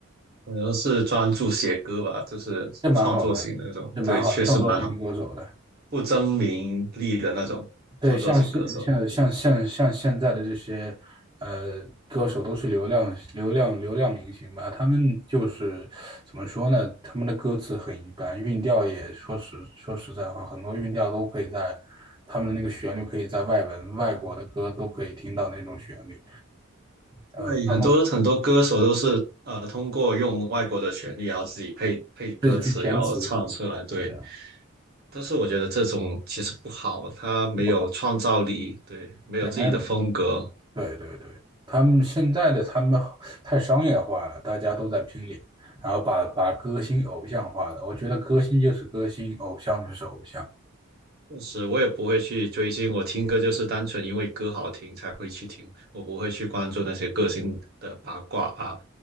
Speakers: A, on the right; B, on the right.
A: 可能是专注写歌吧，就是创作型的那种。
B: 这蛮好的，这蛮好的，
A: 对，确实蛮好，
B: 创作型歌手的。
A: 不争名利的那种创作型歌手。
B: 对，像现像像像像现在的这些呃歌手都是流量流量流量明星吧，他们就是怎么说呢？他们的歌词很一般，韵调也说实说实在话，很多韵调都可以在他们的那个旋律可以在外文外国的歌都可以听到那种旋律，呃，
A: 对，
B: 他们
A: 很多很多歌手都是呃通过用外国的旋律，然后自己配配歌词，
B: 自己去填词，
A: 然后唱出来。对，
B: 对的，
A: 但是我觉得这种其实不好，他没有创造力，
B: 不好，
A: 对，没有自己的风格。
B: 对，麦有对对对，他们现在的他们好太商业化了，大家都在拼脸，然后把把歌星偶像化了。我觉得歌星就是歌星，偶像就是偶像。
A: 确实，我也不会去追星，我听歌就是单纯因为歌好听才会去听，我不会去关注那些歌星的八卦啊，